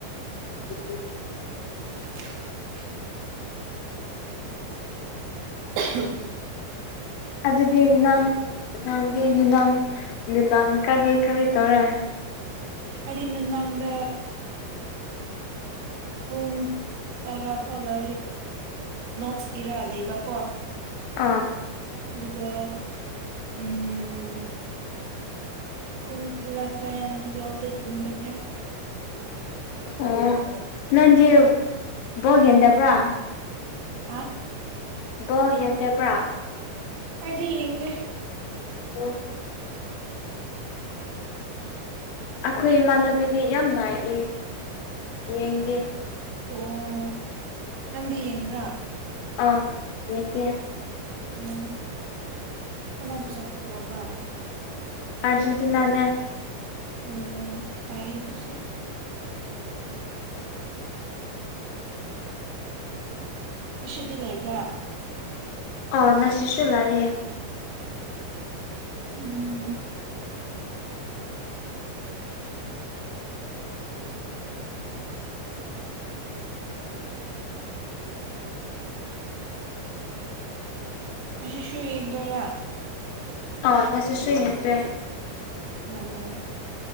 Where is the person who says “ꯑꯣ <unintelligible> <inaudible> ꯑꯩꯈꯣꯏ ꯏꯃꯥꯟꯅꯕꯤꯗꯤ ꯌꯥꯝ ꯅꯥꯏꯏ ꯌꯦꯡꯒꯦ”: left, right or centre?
Left